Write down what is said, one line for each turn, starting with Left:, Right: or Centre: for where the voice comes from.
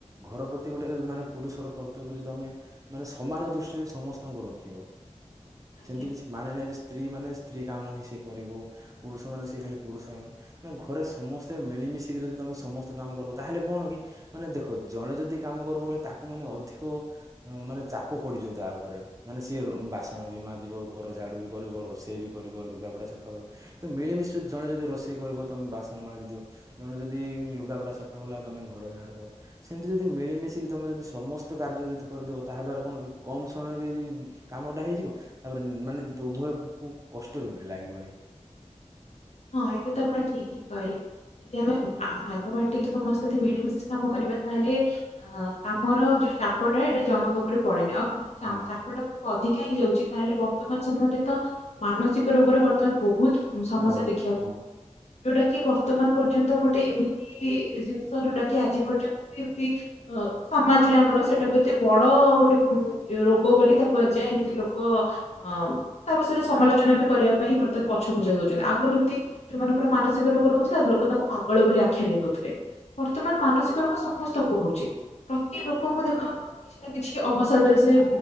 Right: ଘର ପ୍ରତି ଗୋଟେ ମାନେ ପୁରୁଷର କର୍ତ୍ତ୍ୟ ବ୍ୟ ତମେ ମାନେ ସମାନ ଦୃଷ୍ଟିରେ ସମସ୍ତଙ୍କୁ ରଖିବ
Left: ଆଜ୍ଞା
Right: ସେମିତି କିଛି ମାନେ ନାହିଁ ଯେ ସ୍ତ୍ରୀ ମାନେ ସ୍ତ୍ରୀ କାମ ହିଁ ସେ କରିବ ପୁରୁଷ ମାନେ ସେ ଖାଲି ପୁରୁଷ ମାନେ ଘରେ ସମସ୍ତେ ମିଳିମିଶିକି ଯଦି ତମେ ସମସ୍ତେ କାମ କରିବ ତାହେଲେ କଣ କି ମାନେ ଦେଖ ଜଣେ ଯଦି କାମ କରିବ ହେଲେ ତାକୁ ମାନେ ଅଧିକ ମାନେ ଚାପ ପଡିଯିବ ତା ଉପରେ। ମାନେ ସିଏ ବାସନ ବି ମାଜିବ ଘର ଝାଡ଼ୁ ବି କରିବ ରୋଷେଇ ବି କରିବ ଲୁଗାପଟା ସଫା କରିବ। କିନ୍ତୁ ମିଳିମିଶି ଜଣେ ଯଦି ରୋଷେଇ କରିବ ତମ ବାସନ ମାଜିଦିଅ। ଜଣେ ଯଦି ଲୁଗାପଡା ସଫା କଲା ତମେ ଘର ଝାଡୁ କର ସେମିତି ଯଦି ମିଳିମିଶିକି ତମେ ଯଦି ସମସ୍ତ କାର୍ଯ୍ୟ ଯଦି କରିଦେବ ତାହା ଦ୍ଵାରା କଣ କି କମ ସମୟରେ ବି କାମଟା ହେଇଯିବ। ତାପରେ ମାନେ ଉଭୟକୁ କଷ୍ଟ ବି ଲାଗିବନି।
Left: ହଁ ଏଇଟା ତ ଆପଣ ଠିକ୍ ହିଁ କହିଲେ। ଯଦି ଆମେ ଭାଗ ବାଣ୍ଟିକି ସମସ୍ତେ ମିଳିମିଶି କାମ କରିବା ତାହେଲେ ଅ କାମର ଯୋଉ ଚାପଟା ଏଇଟା ଜଣଙ୍କ ଉପରେ ପଡେନି ଆଉ ଯଦି ଚା
Right: ହୁଁ
Left: ଚାପଟା ଅଧିକା ହେଇଯାଉଛି ତାହେଲେ ବର୍ତ୍ତମାନ ସମୟରେ ତ ମାନସିକ ରୋଗର ବର୍ତ୍ତମାନ ବହୁତ ଉଁ, ସମସ୍ୟା
Right: ବହୁତ
Left: ଦେଖିବାକୁ
Right: ହୁଁ।
Left: ମିଳୁଛି। ଯୋଉଟା କି ବର୍ତ୍ତମାନ ପର୍ଯ୍ୟନ୍ତ ଗୋଟେ ଏମିତି ଜିନିଷ ଯୋଉଟା କି ଆଜି ପର୍ଯ୍ୟନ୍ତ ବି ଏମତି ଅ ସମାଜରେ ଆମର ସେଟାକୁ ଏତେ ବଡ ଗୋଟେ ରୋଗ ବୋଲି ତା କୁହାଯାଏ ଏମତି ଲୋକ ଅ ତା ବିଷୟରେ ସମାଲୋଚନା ବି କରିବା ପାଇଁ ବର୍ତ୍ତମାନ ପଛକୁୁଞ୍ଚା ଦଉଛନ୍ତି ଆଗରୁ ଯୋଉମାନଙ୍କର ମାନସିକ ରୋଗ ରହୁଥିଲା ଲୋକ ତାଙ୍କୁ ପାଗଳ ବୋଲି ଆଖ୍ୟା ଦେଇ ଦଉଥିଲେ। ବର୍ତ୍ତମାନ ମାନସିକ ରୋଗ ସମସ୍ତଙ୍କୁ ହଉଛି ପ୍ରତି ଲୋକଙ୍କୁ ଦେଖନ୍ତୁ। କିଛି ନା କିଛି ଅବସାଦରେ ସେ